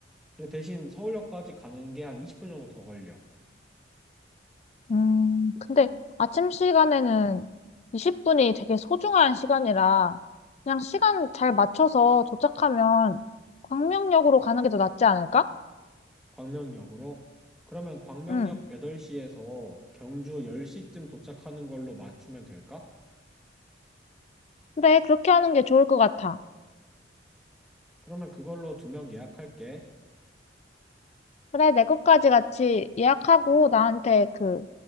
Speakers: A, in the centre; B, on the left.
A: 근데 대신 서울역까지 가는 게 한 20분 정도 더 걸려.
B: 음, 근데 아침 시간에는 20분이 되게 소중한 시간이라 그냥 시간 잘 맞춰서 도착하면 광명역으로 가는 게 더 낫지 않을까?
A: 광명역으로. 그러면 광명역
B: 응.
A: 8시에서 경주 10시쯤 도착하는 걸로 맞추면 될까?
B: 그래, 그렇게 하는 게 좋을 것 같아.
A: 그러면 그걸로 두 명 예약할게.
B: 그래, 내 것까지 같이 예약하고 나한테 그